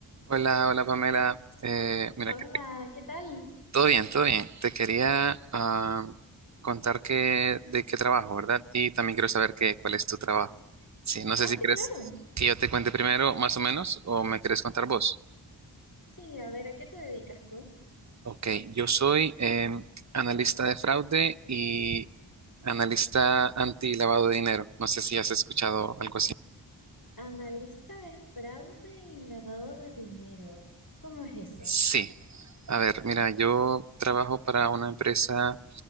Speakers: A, on the right (about 40°); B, on the left (about 50°).
A: Hola, hola Pamela. Eh, mira,
B: Hola,
A: que te-
B: ¿qué tal?
A: todo bien, todo bien. Te quería ah, contar que, de qué trabajo, ¿verdad? Y también quiero saber qué, cuál es tu trabajo. Sí, no sé
B: Ah,
A: si
B: sí,
A: crees
B: claro.
A: que yo te cuente primero, más o menos, o me quieres contar vos.
B: Sí, a ver, ¿a qué te dedicas tú?
A: Ok, yo soy eh, analista de fraude y analista anti-lavado de dinero. No sé si has escuchado algo así.
B: Analista de fraude y lavado de dinero. ¿Cómo es eso?
A: Sí. A ver, mira, yo trabajo para una empresa.